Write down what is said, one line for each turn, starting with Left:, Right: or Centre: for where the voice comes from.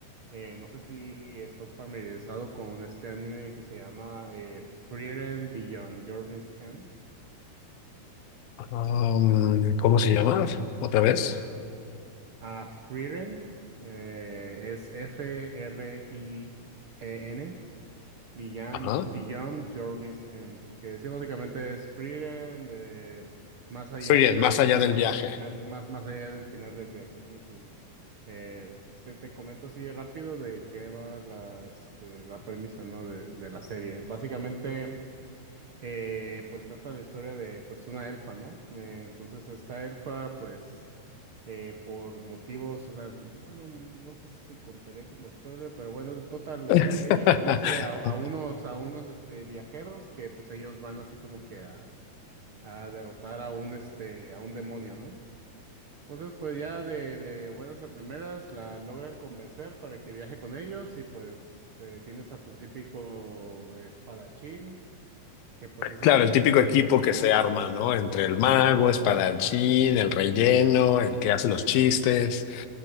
Right: eh, no sé si estás familiarizado con este anime que se llama eh, Frieren Beyond Journey's End.
Left: Um, ¿cómo se llama? ¿Otra vez?
Right: Ah, Frieren eh, es F-R-I-E-N. Beyond,
Left: Ajá.
Right: Beyond Journey's End, que sí, básicamente es Frieren de más allá
Left: Muy bien,
Right: de,
Left: más allá del
Right: de
Left: viaje.
Right: final- más, más allá del final del viaje, ¿no? Entonces, eh, pues te, te comento así rápido de qué va la, este, la premisa, ¿no? De, de la serie. Básicamente, eh, pues trata la historia de, pues, una elfa, ¿no? Eh, entonces, esta elfa, pues, eh, por motivos, o sea, bueno, no sé si contaría como spoiler, pero bueno, total,
Left: <laughs>
Right: este, ella conoce a, a unos, a unos, este, viajeros que pues ellos van así como que a, a derrotar a un, este, a un demonio, ¿no? Entonces, pues ya de, de buenas a primeras la logran convencer para que viaje con ellos y pues eh, tienes a tu típico espadachín, que pues es
Left: Claro,
Right: el que
Left: el
Right: usualmente
Left: típico equipo
Right: como...
Left: que se
Right: que-
Left: arma, ¿no? Entre el mago,
Right: Ujú,
Left: espadachín, el relleno,
Right: Sí.
Left: el que hace los chistes.